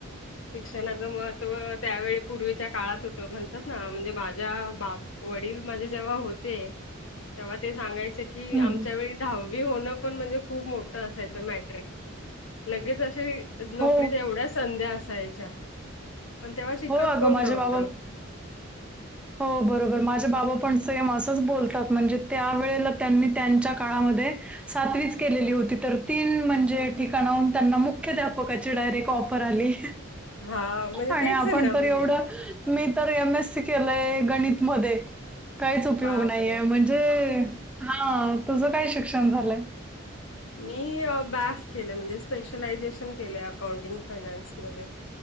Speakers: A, on the left; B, in the centre.
A: शिक्षणाचं महत्त्व, त्यावेळी पूर्वीच्या काळात होतं, म्हणतात ना म्हणजे माझ्या बाब वडील माझे जेव्हा होते, तेव्हा ते सांगायचेज्ञ. की
B: हम्म.
A: आमच्या वेळी दहावी होणं पण म्हणजे खूप मोठ. असायच मट्रिक,, लगेच अस नोकरीच्यावढ.
B: हो
A: संध्या असायच्या पण तेव्हा शिकत
B: हो अगं
A: कोण
B: माझे
A: नव्हतं.
B: बाबा हो, बरोबर, माझे बाबा पण सेम असंच बोलतात, म्हणजे त्या वेळेला त्यांनी त्यांच्या काळामध्ये सातवीच केलेली होती तर तीन म्हणजे ठिकाणाहून त्यांना मुख्याध्यापकाची डायरेक्ट ऑफर आली.
A: हा म्हणजे
B: आणि
A: तेच
B: आपण
A: ना
B: तर
A: म्हणजे
B: एवढं. मी तर एम एस सी केलंय गणितमध्ये काहीच उपयोग
A: बापरे!
B: नाहीे म्हणजे णे हा तुझं काय शिक्षण झालंय.
A: मी बॅफ केलं म्हणजे स्पेशलायजेशन केलं अकाउंटिंग फायनान्समध्येध्ये